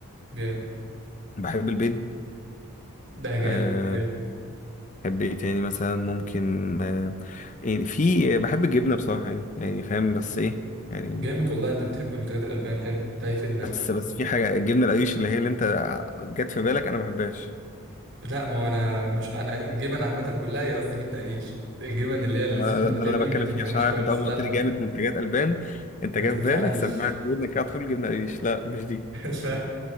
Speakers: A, on the right; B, on the left.
A: جامد
B: بحب البيض
A: ده جامد
B: آه،
A: حلو
B: بحب ايه تاني مثلا ممكن آه، يعني في بحب الجبنة بصراحة يعني يعني فاهم بس ايه يعني
A: جامد والله انت بتحب منتجات الالبان حلو ده هيفيدنا
B: بس بس في حاجة الجبنة القريش اللي هي اللي انت جت في بالك انا ما بحبهاش
A: لا ما هو انا مش انا الجبن عامه كلها هي قصدي جبنه قريش الجبن اللي هي الزيت
B: ده
A: النباتيه
B: ده اللي
A: دي
B: انا بتكلم
A: ما تنفعنيش
B: فيه عشان عارف
A: خالص
B: انت اول ما
A: لا
B: قلت لي
A: ما,
B: جامد منتجات البان انت
A: ما
B: جاب
A: تنفعنيش
B: بالك سمعت في ودنك على طول جبنة قريش لا مش دي
A: <laughs> لا